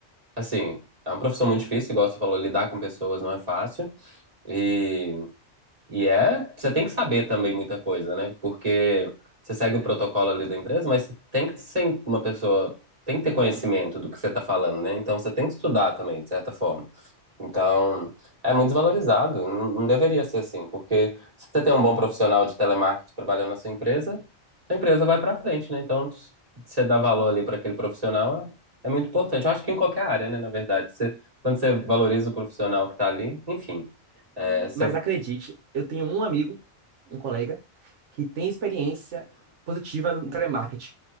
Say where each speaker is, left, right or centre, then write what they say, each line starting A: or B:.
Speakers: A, on the right; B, on the right.
A: Assim, é uma profissão muito difícil, igual você falou, lidar com pessoas não é fácil. E e é, você tem que saber também muita coisa, né? Porque você segue o protocolo ali da empresa, mas você tem que ser uma pessoa, tem que ter conhecimento do que você está falando, né? Então você tem que estudar também, de certa forma. Então, é muito desvalorizado, não, não deveria ser assim, porque se você tem um bom profissional de telemarketing trabalhando na sua empresa, a empresa vai para frente, né? Então, se você dá valor ali para aquele profissional é, é muito importante. Eu acho que em qualquer área, né, na verdade, você, quando você valoriza o profissional que está ali, enfim, é, você
B: Mas acredite, eu tenho um amigo, um colega, que tem experiência positiva no telemarketing.